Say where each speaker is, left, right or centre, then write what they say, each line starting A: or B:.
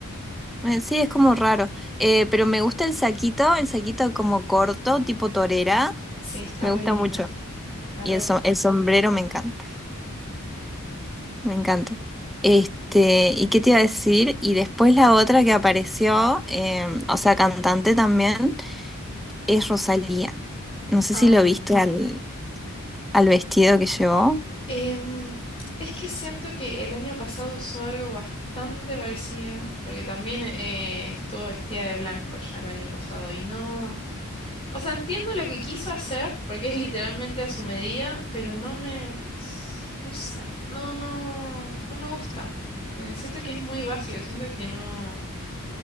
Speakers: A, in the centre; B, on the left (about 25°).
A: Eh, Sí, es como raro, Eh, pero me gusta el saquito, el saquito como corto, tipo torera,
B: Sí, está
A: me
B: re
A: gusta
B: lindo.
A: mucho.
B: Me
A: Y
B: re
A: el,
B: gusta.
A: so- el sombrero me encanta, me encanta. Este, ¿y qué te iba a decir? Y después la otra que apareció, eh, o sea, cantante también, es Rosalía. No sé
B: Ah,
A: si lo viste al, al vestido que llevó.
B: em, es que siento que el año pasado usó algo bastante parecido, porque también eh, estuvo vestida de blanco ya el año pasado y no. O sea, entiendo lo que quiso hacer, porque es literalmente a su medida, pero no me, no sé, no, no, no me gusta. Eh, siento que es muy básico, siento que no,